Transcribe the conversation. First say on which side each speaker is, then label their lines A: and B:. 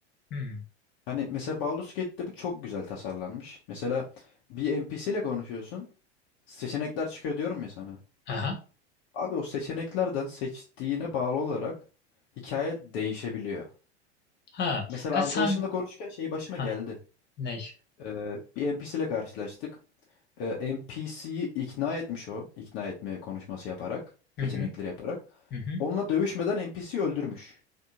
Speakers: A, on the left; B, on the left.
A: Hmm.
B: Hani mesela Baldur's Gate'de bu çok güzel tasarlanmış. Mesela bir NPC ile konuşuyorsun. Seçenekler çıkıyor diyorum ya sana.
A: Aha.
B: Abi o seçeneklerden seçtiğine bağlı olarak hikaye değişebiliyor.
A: Ha,
B: Mesela
A: ha sen
B: arkadaşımla konuşurken şey başıma
A: ha
B: geldi.
A: ne?
B: Ee, bir NPC ile karşılaştık. e, NPC'yi ikna etmiş o. İkna etme konuşması yaparak,
A: Hı
B: seçenekleri
A: hı
B: yaparak.
A: hı hı.
B: Onunla dövüşmeden NPC'yi öldürmüş.